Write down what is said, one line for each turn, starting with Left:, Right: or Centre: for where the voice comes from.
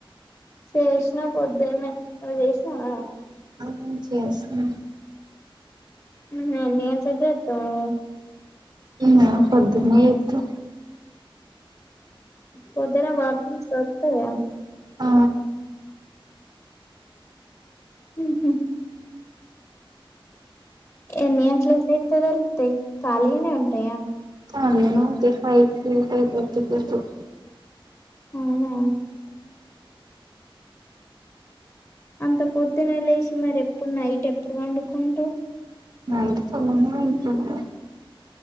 Left: చేసిన పొద్దున్నే నువ్వు చేసినావా
Right: అ చేసిన
Left: ఊహు ఎంతకు చేస్తావు నువ్వు
Right: నేనా పొద్దున్నే చేస్తా
Left: పొద్దున్నే బాత్రూమ్స్ దొరుకుతాయా
Right: ఆ
Left: హు హు ఎన్ని గంటలకి అయితే దొరుకుతాయి ఖాళీగానే ఉంటాయా
Right: హా నేనొకటి ఫైవ్ కి ఫైవ్ థర్టీ కి దొరుకుతాయి
Left: అవునా అంత పొద్దున్నే లేసి మరి ఎప్పుడు నైట్ ఎ ఎప్పుడు పండుకుంటావు
Right: నైట్ తొందరగానే పడుకుంటా